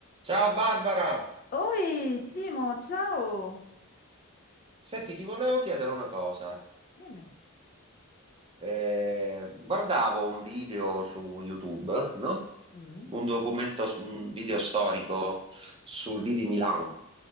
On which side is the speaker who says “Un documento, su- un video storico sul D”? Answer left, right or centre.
Right